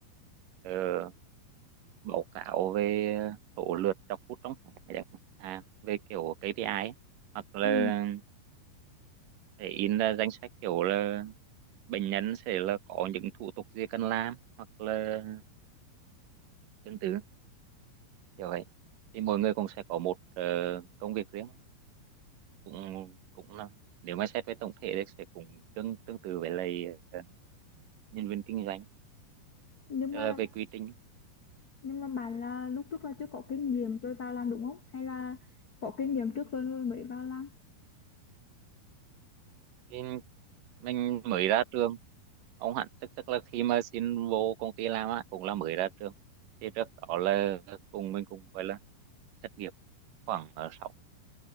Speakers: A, on the right (about 65°); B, on the left (about 65°).
A: ờ, báo cáo về số lượt đọc hút trong tháng chẳng hạn về kiểu KPI á. hoặc là
B: ừ
A: sẽ in ra danh sách kiểu là bệnh nhân sẽ là có những thủ tục gì cần làm hoặc là tương tự kiểu vậy thì mỗi người cũng sẽ có một ờ, công việc riêng cũng cũng là nếu mà xét về tổng thể thì sẽ cũng tương tương tự với lại ờ, nhân viên kinh doanh
B: nhưng
A: Tức
B: mà
A: về quy trình
B: nhưng mà bạn là lúc trước là chưa có kinh nghiệm rồi vào làm đúng không hay là có kinh nghiệm trước rồi rồi mới vào làm
A: nên mình mới ra trường ông hẳn tức tức là khi mà xin vô công ty làm á cũng là mới ra trường thì trước đó là cùng mình cũng gọi là thất nghiệp khoảng uh, sáu